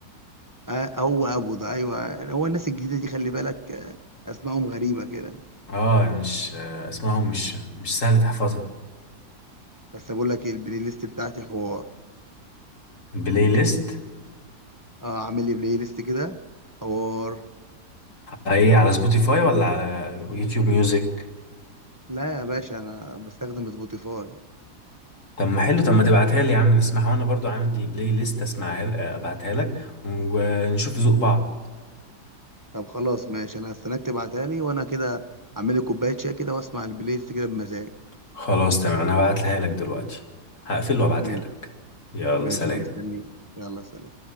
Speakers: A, on the right; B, on the left.
A: آه هو ابو ده ايوه هو الناس الجديده دي خلي بالك آه، اسمائهم غريبه كده
B: اه مش اسمائهم مش مش سهل تحفظها
A: بس بقول لك إيه، البلاي ليست بتاعتي حوار
B: بلاي ليست
A: اه عامل لي بلاي ليست كده حوار
B: على ايه على سبوتيفاي ولا على يوتيوب ميوزك
A: لا يا باشا انا بستخدم سبوتيفاي
B: طب ما حلو طب ما تبعتها لي يا عم نسمعها وانا برضو عندي بلاي ليست اسمعها ل- ابعتها لك ونشوف ذوق بعض
A: طب خلاص ماشي انا هستناك تبعتها لي وانا كده اعمل لي كوبايه شاي كده واسمع البلاي ليست كده بمزاج
B: خلاص تمام انا هبعتها لك دلوقتي هقفل وابعتها
A: ماشي
B: لك يلا
A: ماشي
B: سلام
A: انا مستنيك يلا سلام